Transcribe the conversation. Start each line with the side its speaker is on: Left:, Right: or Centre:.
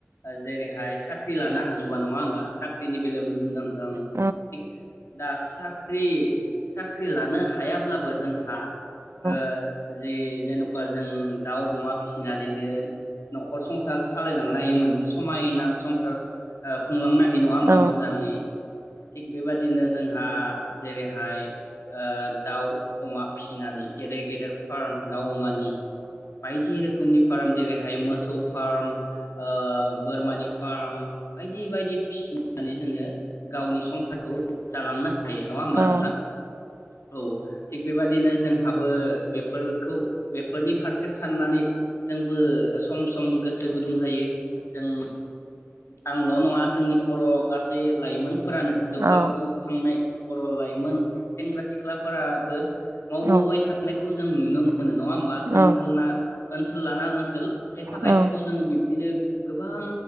Left: जेरैहाय साख्रि लानो हा जुबा नङा ओमबा साख्रिनि बेलायावनो बुंथांदों आङो
Right: औ
Left: थिग दा साख्रि साख्रि लानो हायाब्लाबो जों हा ओ
Right: औ
Left: जे जेन'का जों दाउ अमा फिसिनानैनो नख खर संसार सालायलांनो हायो मोनसे स समायना संसास ओ खुंलांनो हायो नङा
Right: औ
Left: ओमबा मोजाङै थिग बेबादिनो जोंहा जेरैहाय ओ दाउ अमा फिसिनानै गेदेर गेदेर फार्म दाउ अमानि बायदि रोखोमनिफ फार्म जेरैहा हाय मोसौ फार्म ओ बोरमानि फाराम बायदि बायदि फिसि नानै जोङो गावनि संसारखौ जालांनो हायो नङा
Right: औ
Left: ओमबा नोंथां? औ थिग बेबादिनो जोंहाबो बेफोरखौ बेफोरनि फारसे साननानै जोंबो सम सम गोसो गुदुं जायो जों आंल' नङा जोंनि बर' गासै लाइमोन फोरानो जौगाफु
Right: औ
Left: खांनाय बर' लाइमोन सेंग्रा सि ख्लाफोराबो मावबोबाय
Right: औ
Left: थानायख खौ जों नुनो मो मोनो नङा ओमबा
Right: औ
Left: ओनसोलना ओनसोल लाना ओनसोल खायफा खायफाखौ
Right: औ
Left: जोङो बिब्दिनो गोबां